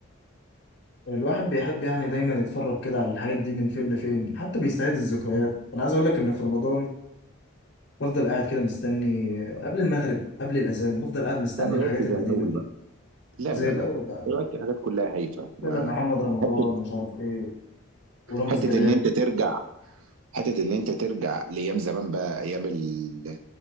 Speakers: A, on the left; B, on the right.
A: الواحد بيحب يعني دايما يتفرج كده على الحاجات دي من فين لفين حتى بيستعيد الذكريات انا عايز اقول لك ان في رمضان بفضل قاعد كده مستني قبل المغرب قبل الاذان بفضل قاعد مستني
B: لا ما
A: الحاجات
B: بقتش زي
A: القديمه
B: الاول
A: دي
B: بقى لا
A: زي
B: لا
A: الاول
B: لا
A: بقى أنا
B: دلوقتي الحاجات كلها هايفه ما
A: يقول لك محمد رمضان
B: حته
A: مش عارف ايه ورامز
B: حته
A: جلال
B: ان انت ترجع حته ان انت ترجع لايام زمان بقى ايام ال